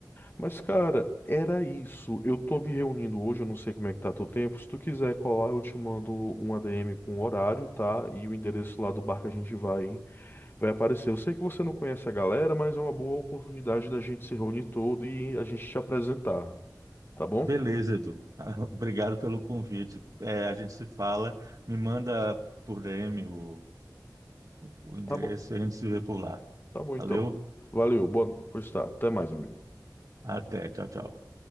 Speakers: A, on the left; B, on the right.
A: Mas, cara, era isso. Eu tô me reunindo hoje, eu não sei como é que tá teu tempo. Se tu quiser colar, eu te mando um ADM com o horário, tá? E o endereço lá do bar que a gente vai, vai aparecer. Eu sei que você não conhece a galera, mas é uma boa oportunidade da gente se reunir todo e a gente te apresentar. Tá bom?
B: Beleza, Edu. <laughs> Obrigado pelo convite. É, a gente se fala, me manda por DM o, o endereço
A: Tá bom.
B: e a gente se vê por lá.
A: Tá bom,
B: Valeu,
A: então. Valeu. Boa... Pois tá. Até mais, amigo.
B: até, tchau, tchau.